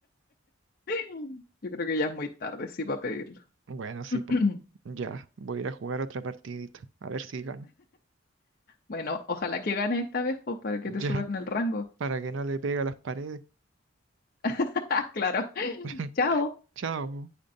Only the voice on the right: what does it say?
Bueno, sí,
pues. Ya, voy a ir a jugar otra partidita. A ver si gano.
<laughs>
Ya,
para que no le pegue a las paredes.
<laughs>
Chao.